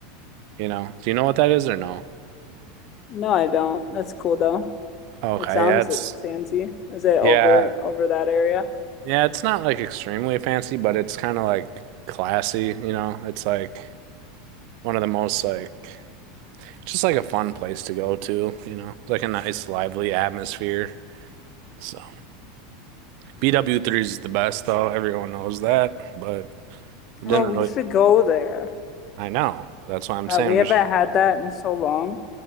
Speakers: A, on the right; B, on the left.
A: You know? Do you know what that is or no?
B: No, I don't. That's cool though.
A: Okay,
B: It sounds
A: yeah, it's
B: fancy. Is it over
A: yeah.
B: over that area?
A: Yeah, it's not like extremely fancy, but it's kind of like classy, you know? It's like one of the most like it's just like a fun place to go to, you know? Like a nice lively atmosphere. So BW3 is the best though. Everyone knows that, but
B: Bro,
A: didn't
B: we
A: really
B: should go there.
A: I know. That's why I'm
B: Uh,
A: saying
B: we haven't
A: we should
B: had that in so long.